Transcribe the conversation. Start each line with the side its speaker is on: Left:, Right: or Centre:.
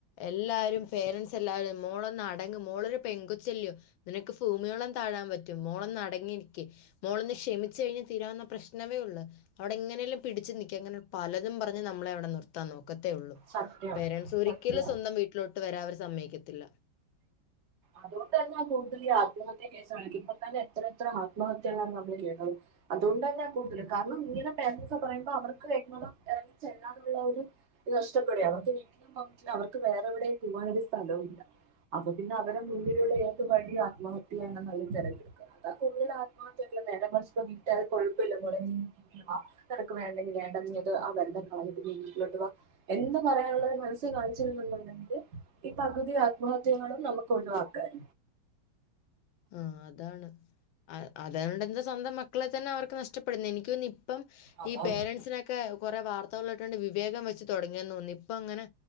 Left: എല്ലാരും പേരൻസ് എല്ലാവാരരും മോളൊന്ന് അടങ് മോളൊരു പെൺകൊച്ചല്യോ നിനക്ക് ഭൂമിയോളം താഴാം പറ്റും മോളൊന്ന് അടങ്ങിയിരിക്ക് മോളൊന്ന് ക്ഷമിച്ചു കഴിഞ്ഞാ തീരാവുന്ന പ്രശ്നമേ ഒള്ളൂ അവിടെ ഇങ്ങനെല്ലാം പിടിച്ച് നിക്ക് അങ്ങന പലതും പറഞ് നമ്മളെ അവ്ടങ് നിർത്താൻ നോ ക്കത്തേ ഒള്ളൂ
Right: സത്യം
Left: പേരൻസ് ഒരിക്കലും
Right: സത്യം
Left: സ്വന്തം വീട്ടിലോട്ട് വരാ അവര് സമ്മയ്ക്കത്തില്ല
Right: അതുകൊണ്ട് തന്നെയാ കൂടുതല് ഈ ആത്മത്യ കേസുകൾ കാണിക്കുന്നെ ഇപ്പൊ തന്നെ എത്ര എത്ര ആത്മഹത്യകളാണ് നമ്മള് കേട്ടത് അതുകൊണ്ട് തന്നെ കൂടുതല് കാരണം ഇങ്ങനെ പേരൻസ് ഒക്കെപറയുമ്പോ അവർക്ക് അയ്ന് മാത്രം ചെല്ലാന്ന്ള്ളൊരു ഒര് നഷ്ടപ്പെടാണ് അവർക്ക് വീട്ടിലും അവർക്ക് വേറെവിടെ പോവാനൊ ഒരു സ്ഥലോം ഇല്ല അപ്പൊ പിന്നെ അവ മുന്നിലുള്ള ഏത് വഴിയും ആത്ഹത്യയാണ്ന്ന്ള്ളത് തിരഞ്ഞെടുക്ക അതാ കൂടുതൽ ആത്മഹത്യ നേരേ മറിച്ച് അത് വിട്ടാ കൊഴപ്പല്ല മോളേ നീ വാ നിനക്ക് വേണ്ടെങ്കിൽ വേണ്ട നീ അത് ആ ബന്ധം കളഞിട്ട് നീ വീട്ടിലോട്ട് വാ എന്ന് പറയാനുള്ളോരു മനസ്സ് കാണിച്ചീരു ന്നുണ്ടെങ്കില് ഈ പകുതി ആത്മഹത്യകളും നമുക്ക് കൊടു ആക്കൽ
Left: ആ അതാണ് അത അതൊണ്ട് എന്താ സ്വന്തം മക്കളെ തന്നെ അവർക്ക് നഷ്ടപ്പെടുന്നു എന്ക്കോന്നു ഇപ്പം
Right: അതാ
Left: ഈ പേരൻസി നൊക്കെ <unintelligible> കൊറെേ വാർത്തകളേ ട്ടോണ്ട് വിവേകം വെച്ച് തുടങ്ങി യന്നോന്നി ഇപ്പ അങ്ങനെ